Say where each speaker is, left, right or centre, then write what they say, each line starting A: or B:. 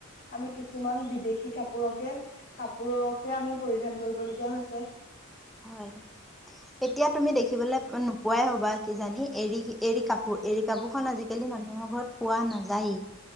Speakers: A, on the left (about 50°); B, in the centre.
A: আমি কিছুমান বিদেশী কাপোৰকে, কাপোৰকে আমি পৰিধান কৰিবলগীয়া হৈছে।
B: হয়। এতিয়া তুমি দেখিবলৈ নোপোৱাই হ'বা কিজানি এৰি, এৰি কাপোৰ। এৰি কাপোৰখন আজিকালি মানুহৰ ঘৰত পোৱা নাযায়।